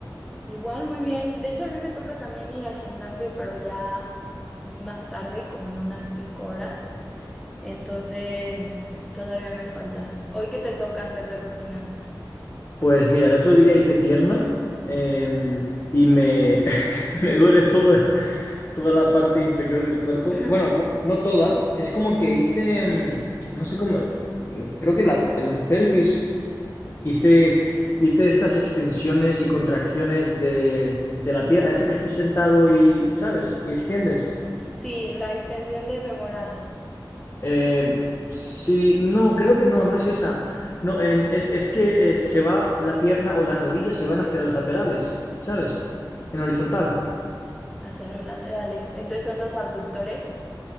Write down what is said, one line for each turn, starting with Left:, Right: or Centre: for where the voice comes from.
Centre: Igual, muy bien. De hecho, a mí me toca también ir al gimnasio, pero ya más tarde, como en unas cinco horas. Entonces, todavía me falta. ¿Hoy qué te toca hacer de rutina?
Left: Pues mira, el otro día hice pierna em, y me, <laughs> me duele todo, toda la parte inferior del cuerpo.
Centre: <laughs>
Left: Bueno, no, no toda. Es como que hice, em, no sé cómo, eh, creo que la, en la pelvis hice, hice estas extensiones y contracciones de, de
Centre: De
Left: la pierna.
Centre: cada-
Left: Esto que estás sentado y, ¿sabes? Y extiendes.
Centre: Sí, la extensión de femoral
Left: Eh, sí, no, creo que no, no es esa. No, em, es, es que eh, se va la pierna o las rodillas se van hacia los laterales, ¿sabes? En horizontal.
Centre: hacia los laterales. Entonces, son los abductores.